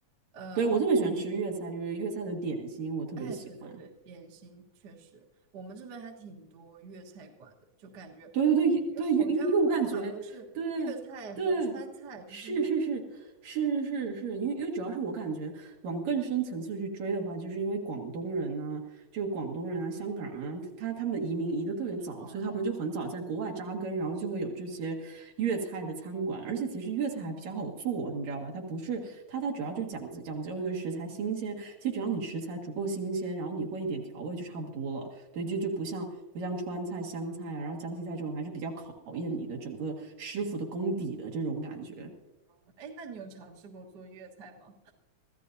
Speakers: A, on the right; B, on the right.
A: 呃。
B: 对，我特别喜欢吃粤菜，就是粤菜的点心，我特别喜欢。
A: 哎，对对对，点心确实，我们这边还挺多粤菜馆的，就感觉就好像到哪儿都是粤菜和川菜，
B: 对对对对，又又，我感觉，对对，
A: 就是那种
B: 是是是是是是，是，因为因为主要是我感觉往更深层次去追的话，就是因为广东人啊，就广东人啊、香港人啊，他他他们移民移得特别早，
A: 哦，
B: 所以他们就很早在国外扎根，然后就会有这些粤菜的餐馆，
A: 是，
B: 而且其实粤菜还比较好做，你知道吧？它不是它它主要就讲讲究一个食材新鲜，其实只要你食材足够新鲜，
A: 嗯，
B: 然后你会一点调味就差不多了。对，
A: 嗯对，
B: 就就不像不像川菜、湘菜啊，然后江西菜这种，还是比较考验你的整个师傅的功底的这种感觉。
A: 哦哎，那你有尝试过做粤菜吗？